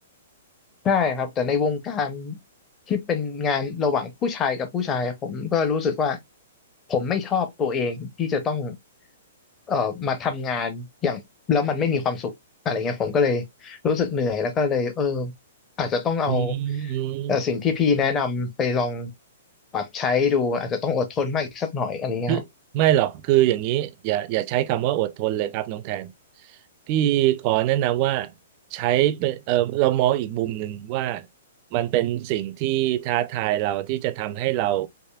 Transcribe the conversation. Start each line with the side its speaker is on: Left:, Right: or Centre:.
Left: ใช่ครับแต่ในวงการที่เป็นงานระหว่างผู้ชายกับผู้ชายอะผมก็รู้สึกว่าผมไม่ชอบตัวเองที่จะต้องเอ่อมาทำงานแล้วมันไม่มีความสุขอะไรเงี้ยผมก็เลยรู้สึกเหนื่อยแล้วก็เลยเอออาจจะต้องเอา
Right: อืมอืม
Left: เอ่อสิ่งที่พี่แนะนำไปลองปรับใช้ดูอาจจะต้องอดทนมากอีกสักหน่อยอะไรเงี้ยครับ
Right: คือไม่หรอกคืออย่างนี้อย่าอย่าใช้คำว่าอดทนเลยครับน้องแทนพี่ขอแนะนำว่าใช้เป็นเออเรามองอีกมุมหนึ่งว่ามันเป็นสิ่งที่ท้าทายเราที่จะทำให้เรา